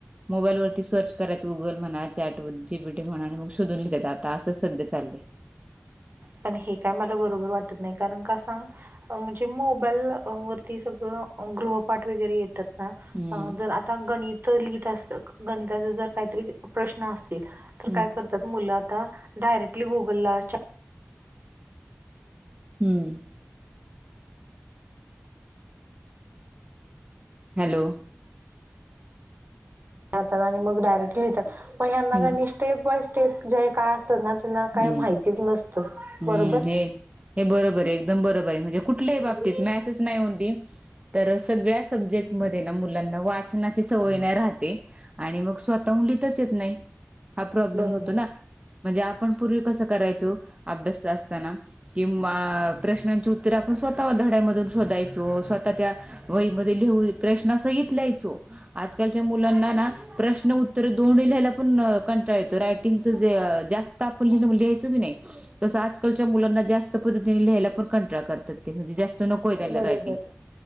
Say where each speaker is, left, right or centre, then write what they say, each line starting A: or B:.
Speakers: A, on the right; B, on the right.
A: मोबाईलवरती सर्च करायचं, गुगल म्हणा, चॅट व जीपीटी म्हणा, आणि मग शोधून लिहायच, आता असंच सध्या चाललंय.
B: पण हे काय मला बरोबर वाटत नाही, कारण का सांग? म्हणजे मोबाईल वरती, सगळं गृहपाठ वगैरे येतात.
A: हम्म
B: जर आता गणित लिहित असत, गणिताच जर काहीतरी प्रश्न असत तर
A: हम्म
B: काय करतात मुलं आता, डायरेक्टली गुगलला चा
A: हम्म! हॅलो?
B: आणि मग डायरेक्ट लिहतात, मग ह्यानां
A: हम्म
B: स्टेप बाय स्टेप जर का तेंना तेंना काय
A: हम्म.
B: माहितीच नसतं,
A: हम्म
B: बरोबर.
A: हे हे बरोबर आहे, एकदम बरोबर आहे, म्हणजे कुठल्याही बाबतीत मॅसच नाही म्हणली तर, सगळ्या सब्जेक्ट मध्ये ना, मुलांना वाचनाची सवय नाही राहते आणि मग स्वतः हून लीहताच येत नाही, हा प्रॉब्लेम
B: बरोबर
A: होतो ना, म्हणजे आप पण पूर्वी कसं करायचो, अभ्यास असताना, किंवा प्रश्नांची उत्तरे, आपण स्वतः धड्यामधून शोधायचो, स्वतः त्या वहीमध्ये लिहू, प्रश्नासंहित लाहायचो, आजकालच्या मुलांना ना प्रश्न उत्तर दोन्ही लिहायला पण कंटाळ येतो, रायटिंगच जे जास्त <unintelligible> लिहायचो की नाही, तसं आजकालच्या मुलांना जास्त जात पद्धतीने लिहायला पण कंटाळ करतात ते, म्हणजे जास्त नकोय त्यांना
B: बरोबर
A: रायटिंग,